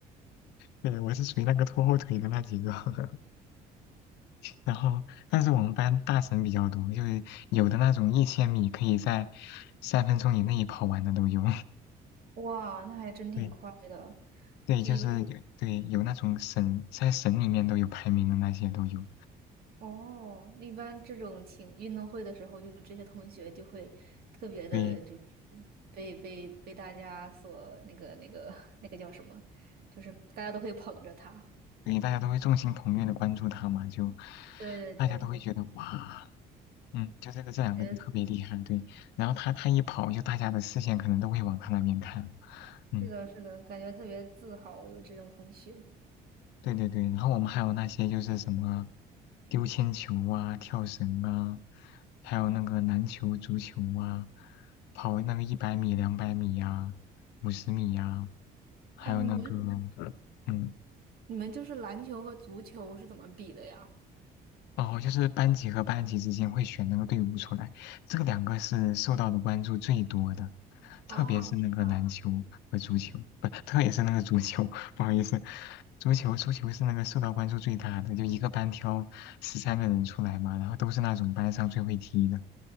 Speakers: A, on the left; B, on the right.
A: 对，我是属于那个拖后腿的那几个。<laughs> 然后，但是我们班大神比较多，就是有的那种一千米可以在三分钟以内跑完的都有。
B: 哇，那还真挺快的。
A: <laughs> 对，对，
B: 就一般。
A: 就是有对有那种省在省里面都有排名的那些都有，
B: 哦，一般这种情运动会的时候，就这些同学就会特别的，
A: 对
B: 就是被被被大家所那个那个 <laughs> 那个叫什么，就是大家都会捧着他。
A: 对，大家都会众星捧月的关注他嘛，就
B: 对对对，
A: 大家都会觉得哇，嗯，就这个这两个人特别厉害，
B: 感觉
A: 对，然后他他一跑，就大家的视线可能都会往他那边看，嗯，
B: 是的，是的，感觉特别自豪有这种同学。
A: 对对对，然后我们还有那些就是什么丢铅球啊、跳绳啊，还有那个篮球、足球啊，跑那个一百米、两百米呀、五十米呀、还有那个。
B: 哦，你们
A: 嗯，
B: 你们就是篮球和足球是怎么比的呀？
A: 哦，就是班级和班级之间会选那个队伍出来，这两个是受到的关注最多的，特别是那个篮球和足球，
B: 啊。是
A: 不，特别是那个足球，<laughs> 不好意思，足球足球是那个受到关注最大的，就一个班挑十三个人出来嘛，然后都是那种班上最会踢的，